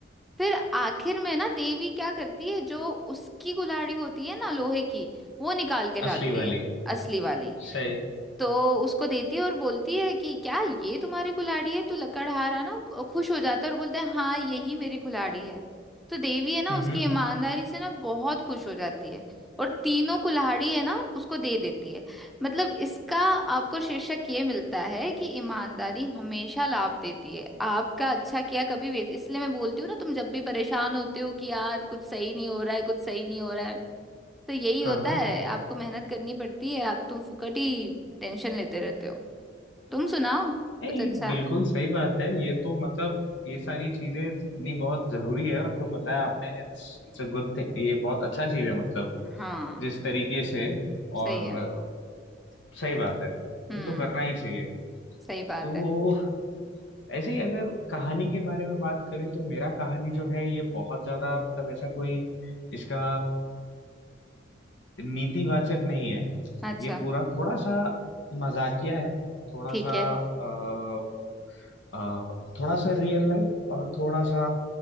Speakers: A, in the centre; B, on the left (about 75°).
A: फिर आखिर में ना देवी क्या करती है जो उसकी कुल्हाड़ी होती है ना लोहे की वो निकाल के लाती
B: असली वाली
A: है असली वाली
B: सही
A: तो उसको देती है और बोलती है कि क्या ये तुम्हारी कुल्हाड़ी है तो लकड़हारा ना खु- खुश हो जाता है और बोलता है हाँ यही मेरी कुल्हाड़ी है तो देवी है ना
B: हम्म
A: उसकी
B: हम्म,
A: ईमानदारी से ना बहुत खुश हो जाती है और तीनों कुल्हाड़ी है ना उसको दे देती है मतलब इसका आपको शीर्षक ये मिलता है कि ईमानदारी हमेशा लाभ देती है आपका अच्छा किया कभी वेस्ट इसलिए मैं बोलती हूँ ना तुम जब भी परेशान होते हो कि यार कुछ सही नहीं हो रहा है कुछ सही नहीं हो रहा है तो यही होता
B: हाँ हाँ
A: है आपको मेहनत करनी पड़ती है आप तुम फुकट ही टेंशन लेते रहते हो तुम सुनाओ कुछ
B: नहीं
A: अच्छा
B: बिल्कुल सही बात है ये तो मतलब ये सारी चीजें जाननी बहुत जरूरी है और जो बताया आपने it's it's uh good thing ये बहुत अच्छा चीज है मतलब
A: हाँ
B: जिस तरीके से
A: सही
B: और
A: है
B: अ, सही बात है
A: हम्म
B: ये तो करना ही चाहिए
A: सही बात
B: तो
A: है
B: ऐसे ही अगर कहानी के बारे में बात करें तो मेरा कहानी जो है ये बहुत ज्यादा मतलब ऐसा कोई इसका नीतिवाचक नहीं है
A: अच्छा
B: ये पूरा थोड़ा सा मजाकिया है थोड़ा
A: ठीक
B: सा
A: है
B: अ, अ, थोड़ा सा रियल लाइफ और थोड़ा सा